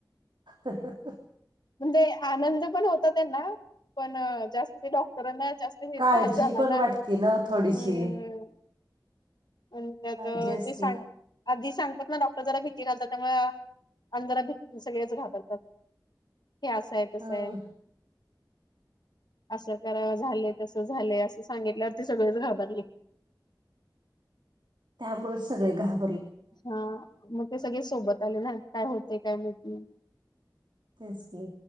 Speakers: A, on the right; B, on the left.
A: हं हं.
B: म्हणजे, आनंद पण होता त्यांना, पण जास्त ते डॉक्टरांना जास्त ते
A: काळजी
B: त्रास झाला
A: पण
B: ना,
A: वाटते ना ओ थोडीशी
B: हं. पण, त्यात
A: काळजी असते.
B: ते सां आधी सांग त्यातं डॉक्टर जरा भीती घालतात. त्यामुळे आणि जरा भीती सगळेच घाबरतात. हे असं आहे तसं
A: ह
B: आहे. असं करावं झालेय तसं झालंय असं सांगितल्यावर ते सगळेच घाबरले.
A: त्यामुळे सगळे घा''--''
B: हा मग ते सगळे सोबत आले ना काय होते काय मात नाही.
A: तेच की,